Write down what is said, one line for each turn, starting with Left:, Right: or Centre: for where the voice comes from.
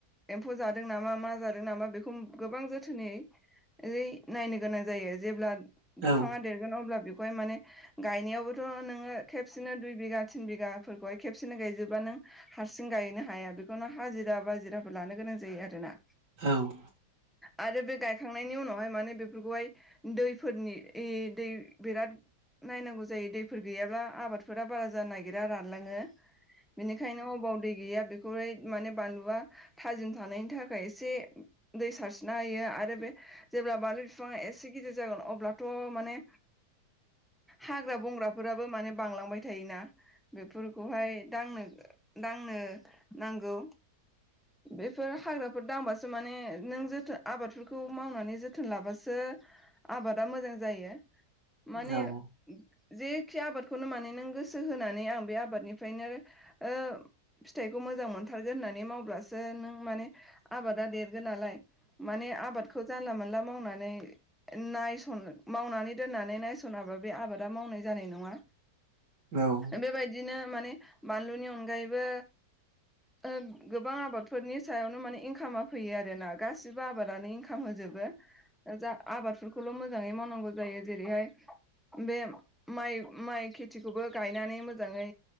Centre: एम्फौ जादों नामा मा जादों नामा बेखौ गोबां जोथोनै ओइ नायनो गोनां जायो जेब्ला बिफाङा
Right: औ
Centre: देरगोन अब्ला बेखौहाय माने गायनायावबोथ' नोङो खेबसेनो दुइ बिगा थिन बिगा फोरखौहाय खेबसेनो गायजोबा नों हारसिं गायनो हाया बेखौनो हाजिरा बाजिराफोर लानो गोनां जायो आरोना।
Right: औ
Centre: आरो बे गायखांनायनि उनावहाय माने बेफोरखौहाय दैफोरनि ई दै बिराद नायनांगौ जायो दैफोर गैयाब्ला आबादफोरा बारा जानो नागिरा रान लाङो। बेनिखायनो अबाव दै गैया बेखौहाय माने बानलुआ थाजिम थानायनि थाखाय एसे दै सारस्रिना होयो आरो बे जेब्ला बानलु बिफाङा एसे गिदिर जागोन अब्लाथ' माने हाग्रा बंग्राफोराबो माने बांलांबाय थायोना। बेफोरखौहाय दांनो दांनो नांगौ बेफोर हाग्राफोर दांबासो माने नों जोथोन आबादफोरखौ मावनानै जोथोन लाबासो आबादा मोजां जायो माने
Right: औ औ
Centre: जेखि आबादखौनो माने नों गोसो होनानै आं बे आबादनिफ्रायनो ओ फिथाइखौ मोजां मोनथारगोन होननानै मावब्ला सो नों माने आबादा देरगोन नालाय माने आबादखौ जानला मोनला मावनानै नायसन मावनानै दोननानै नायस'नाबा बे आबादा मावनाय जानाय नङा
Right: औ
Centre: बेबायदिनो माने बानलुनि अनगायैबो ओ गोबां आबाद फोरनि सायावनो माने इनकामा फैयो आरोना। गासिबो आबादानो इनकाम होजोबो। जा आबादफोरखौल' मोजाङै मावनांगौ जायो जेरैहाय बे माइ माइ खेथिखौबो गायनानै मोजाङै।